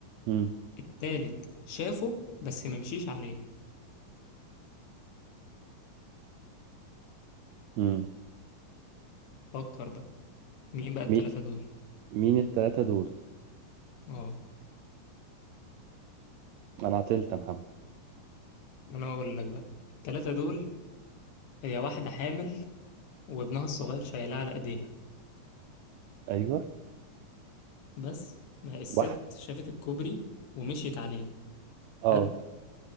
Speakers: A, on the right; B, on the left.
A: مم.
B: التالت شافه بس ما مشيش عليه
A: مم.
B: فكر بقى مين بقى التلاتة
A: مي...
B: دول
A: مين التلاتة دول
B: اه
A: انا عطلت يا محمد
B: انا اقول لك بقى التلاتة دول هي واحدة حامل وابنها الصغير شايلاه على ايديها
A: ايوه
B: بس ما الست
A: واحد
B: شافت الكوبري ومشيت عليه
A: اه
B: حلو